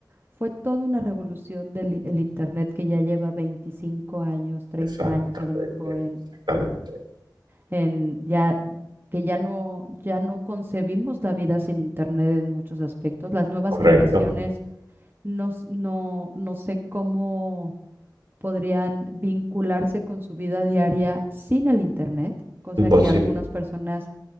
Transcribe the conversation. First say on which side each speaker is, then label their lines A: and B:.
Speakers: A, on the right (about 30°); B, on the right (about 80°).
A: fue toda una revolución del i- el Internet que ya lleva 25 años, 30
B: Exactamente,
A: años a lo mejor
B: exactamente.
A: en ya que ya no, ya no concebimos la vida sin internet en muchos aspectos. Las nuevas
B: Correcto.
A: generaciones no, s- no, no sé cómo podrían vincularse con su vida diaria sin el internet, cosa
B: Imposible.
A: que algunas personas